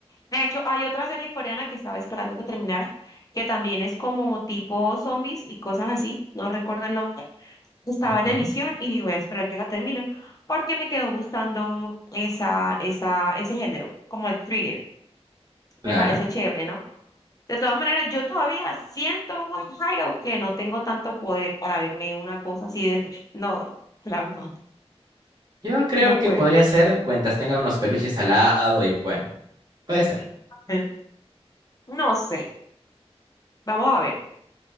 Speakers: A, on the left; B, on the right.
A: De hecho, hay otra serie coreana que estaba esperando que terminara, que también es como tipo zombies y cosas así, no recuerdo el nombre. Estaba
B: Ujú,
A: en emisión y dije, voy a esperar que la terminen, porque me quedó gustando esa, esa, ese género, como el thriller.
B: Clara.
A: Me parece chévere, ¿no? De todas maneras, yo todavía siento, Juan Jairo, que no tengo tanto poder para verme una cosa así de noche. No, la verdad.
B: Yo creo
A: No
B: que
A: puedo.
B: podría ser cuentas tenga unos peluches al lado y bueno, puede ser.
A: Mm, No sé. Vamos a ver.